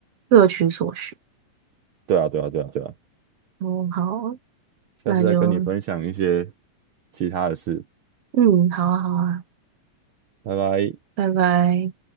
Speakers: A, on the right; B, on the right.
A: 各取所需。
B: 对啊，对啊，对啊，对啊，
A: 哦，好啊，
B: 下次再跟你分享一些
A: 那就
B: 其他的事，
A: 嗯，好啊，好啊，
B: 拜拜。
A: 拜拜。